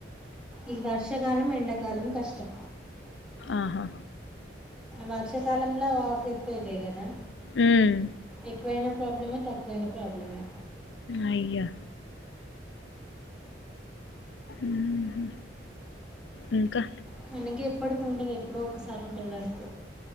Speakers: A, in the centre; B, on the left.
A: ఈ వర్షకాలం ఎండకాలం కష్టం
B: ఆహా
A: వర్షాకాలంలో ఆ ట్రిప్ అయితాయి కదా
B: ఉమ్
A: ఎక్కువైనా ప్రాబ్లమే తక్కువైన ప్రాబ్లమే
B: అయ్యా ఉంహూ ఇంకా
A: కానీ ఇగ ఎప్పటికి ఉండదు ఎప్పుడో ఒకసారి ఉంటది వర్క్